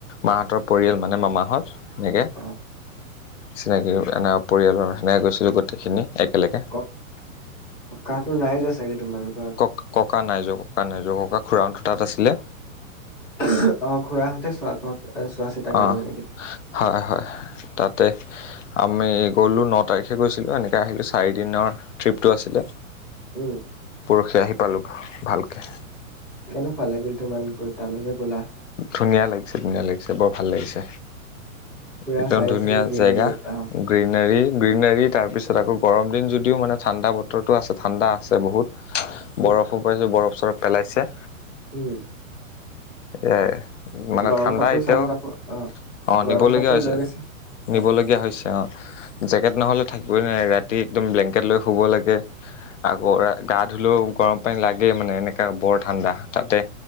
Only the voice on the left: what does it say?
মাহঁতৰ পৰিয়াল মানে মামাহঁত সেনেকে।
চিনাকি এ পৰিয়ালৰ সেনেকে গৈছিলোঁ গোটেইখিনি একেলগে।
কক ককা নাই যোৱা ককা নাই যোৱা ককা খুৰাহঁতৰ তাত আছিলে।
অঁ
হয় হয় তাতে। আমি গ'লো ন তাৰিখে গৈছিলোঁ এনেকে আহিলোঁ চাৰি দিনৰ ট্ৰিপটো আছিলে।
পৰখি আহি পালোঁ ভালকে।
ধুনীয়া লাগিছে, ধুনীয়া লাগিছে বৰ ভাল লাগিছে।
একদম
ধুনীয়া
জেগা,
গ্ৰীণাৰী, গ্ৰীণাৰী তাৰপিছত আকৌ গৰম দিন যদিও মানে ঠাণ্ডা বতৰটো আছে, ঠাণ্ডা আছে বহুত।
বৰফো পাইছোঁ, বৰফ চৰফ পেলাইছে।
এহ। মানে
ঠাণ্ডা
এতিয়াও
অঁ
নিবলগীয়া
হৈছে,
নিবলগীয়া
হৈছে অ'। জেকেট নহলে থাকিবই নোৱাৰি, ৰাতি একদম ব্লেংকেট লৈ শুব লাগে। আকৌ
গা ধুলেও গৰম পানী লাগেই মানে, এনেককা বৰ ঠাণ্ডা। তাতে